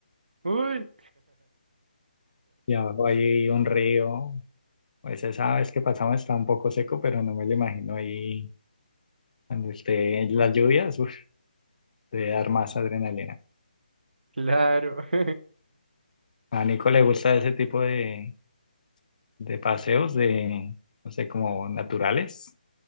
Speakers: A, on the right; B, on the left.
A: Uy,
B: y abajo hay un río. Pues esa vez que pasamos está un poco seco, pero no me lo imagino ahí cuando esté las lluvias, uf, debe dar más adrenalina.
A: <laughs> claro. <laughs>
B: A Nico le gusta ese tipo de, de paseos de, no sé, como naturales.